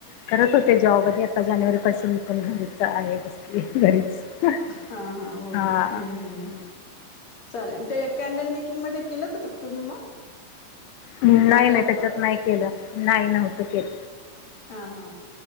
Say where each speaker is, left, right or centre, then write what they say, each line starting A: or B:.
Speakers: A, on the left; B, on the left.
A: करत होते जॉब आधी आता जानेवारी पासून पण घरीच आहे बसली आहे घरीच
B: हा हो
A: हा
B: का हम्म
A: हो.
B: हम्म चालेल ते कॅन्डल मेकिंग मध्ये केलं होतं तुम्ही मग
A: नाही
B: मागे
A: नाही
B: आपलं
A: त्याच्यात नाही केलं नाही नव्हतं केलं.
B: हा हा